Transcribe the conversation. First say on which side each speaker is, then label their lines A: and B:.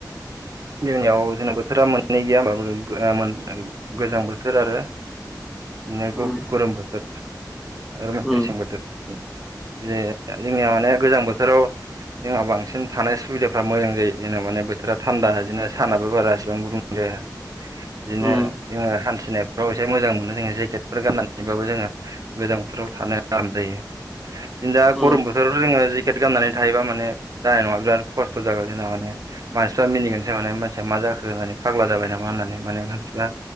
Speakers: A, on the right; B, in the centre.
A: जोंनियाव जोंना बोथोरा मोननै गैया होमबा <unintelligible> गोजां बोथोर आरो नो
B: उम
A: गौ गरम बोथोर आरो मेसें
B: उम
A: बोथोर जे जोंनिया माने गोजां बोथोराव जोंहा बांसिन थानाय सुबिदाफ्रा मोजां जायो जेनेबा माने बोथोरा थान्दा बिदिनो सानाबो बारा इसिबां गुदुं जाया बिदिनो
B: उम
A: जोङो हान्थिनाय फ्राव एसे मोजां मोनो जोङो जेकेटफोर गाननानैबाबो जोङो गोजां बोथोराव थानो आराम जायो।
B: <inaudible>
A: जों दा
B: उम
A: गरम
B: उम
A: बोथोराव जोङो जि केट गाननानै थायोबा माने जानाय नङा बिराद खस्थ' जागोन जोंना माने मानसिफ्रा मिनिगोन माने मानसिया मा जाखो होननानै फाग्ला जाबाय नामा होननानै माने मानसिफ्रा